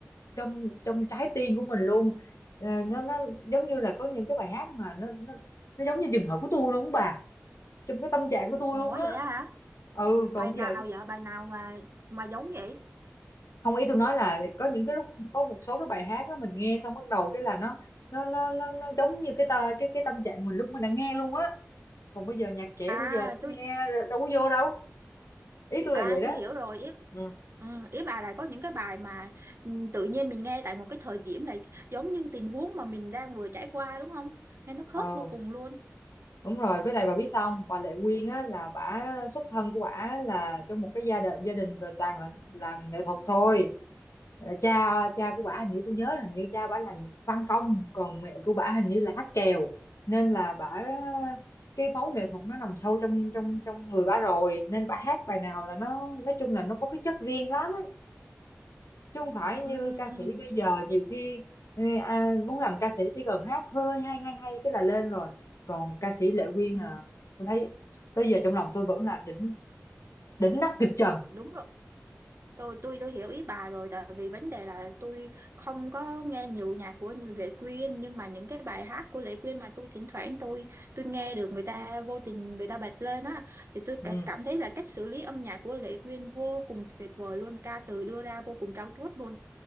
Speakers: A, on the left (about 80°); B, on the right (about 55°).
A: trong trong trái tim của mình luôn Ờ, nó nó giống như là có những cái bài hát mà nó nó, nó giống như trường hợp của tôi luôn á bà trong cái tâm trạng của tôi
B: Ủa
A: luôn á
B: vậy đó hả?
A: ừ còn
B: Bài nào
A: giờ
B: vậy? Bài nào mà mà giống vậy?
A: không ý tôi nói là có những cái lúc có một số cái bài hát đó mình nghe xong bắt đầu cái là nó nó nó nó, nó giống như cái tờ, cái cái tâm trạng mình lúc mình đang nghe luôn á còn bây giờ nhạc trẻ
B: À,
A: bây giờ tôi
B: tôi
A: nghe đâu có vô đâu ý tôi
B: À
A: là vậy đó
B: tôi hiểu rồi ý
A: ừ
B: ừ, ý bà là có những cái bài mà ừ, tự nhiên mình nghe tại một cái thời điểm này giống như tình huống mà mình đang vừa trải qua đúng không? Nghe nó khớp
A: ờ
B: vô cùng luôn.
A: đúng rồi với lại bà biết sao không bà Lệ Quyên á là bả xuất thân của bả là trong một cái gia đình gia đình về toàn là làm nghệ thuật thôi Ờ, cha cha của bả hình như tôi nhớ là hình như cha bả làm văn công còn mẹ của bả hình như là hát chèo nên là bả cái máu nghệ thuật nó nằm sâu trong trong trong người bả rồi nên bả hát bài nào là nó nói chung là nó có cái chất riêng lắm chứ không phải như
B: Ừ,
A: ca sĩ
B: ừ,
A: bây giờ nhiều khi ừ, à, muốn làm ca sĩ chỉ cần hát hơi hay hay hay cái là lên rồi còn ca sĩ Lệ Quyên
B: ừ,
A: à tôi thấy tới giờ trong lòng tôi vẫn là đỉnh đỉnh nóc trực trần
B: đúng rồi. Tôi tôi tôi hiểu ý bà rồi tại vì vấn đề là tôi không có nghe nhiều nhạc của Lệ Quyên nhưng mà những cái bài hát của Lệ Quyên mà tôi thỉnh thoảng tôi tôi nghe được người ta vô tình người ta bật lên á thì tôi
A: ừ
B: cả- cảm thấy là cách xử lý âm nhạc của Lệ Quyên vô cùng tuyệt vời luôn ca từ đưa ra vô cùng trau chuốt luôn